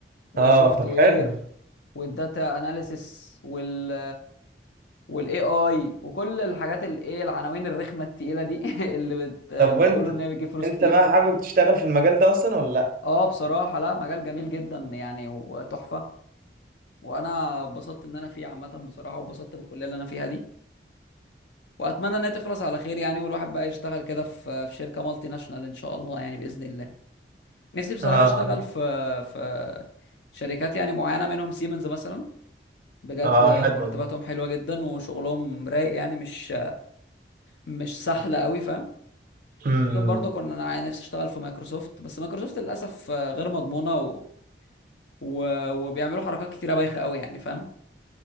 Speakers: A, on the left (about 75°); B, on the right (about 50°).
A: والسوفت
B: اه طب
A: وير
B: حلو
A: والداتا اناليسيس وال والاي اي وكل الحاجات الايه العناوين الرخمة التقيلة دي <laughs> اللي بت... بيقولوا
B: طب وانت
A: ان هي بتجيب فلوس
B: انت
A: كتير
B: بقى حابب تشتغل في المجال ده اصلا ولا لا
A: اه بصراحة لا مجال جميل جدا يعني وتحفة وانا اتبسطت ان انا فيه عامة بصراحة واتبسطت بالكلية اللي انا فيها دي واتمنى انها تخلص على خير يعني والواحد بقى يشتغل كده في في شركة مالتي ناشونال ان شاء الله يعني بإذن الله نفسي بصراحة
B: اه
A: اشتغل في في شركات يعني معينة منهم سيمنز مثلا بجد
B: اه
A: مرتباتهم
B: حلوه دي
A: حلوة جدا وشغلهم رايق يعني مش مش سهلة قوي فاهم
B: امم
A: ممكن برضه كنا انا نفسي اشتغل في مايكروسوفت بس مايكروسوفت للاسف غير مضمونة و... و... وبيعملوا حركات كتيرة بايخة قوي يعني فاهم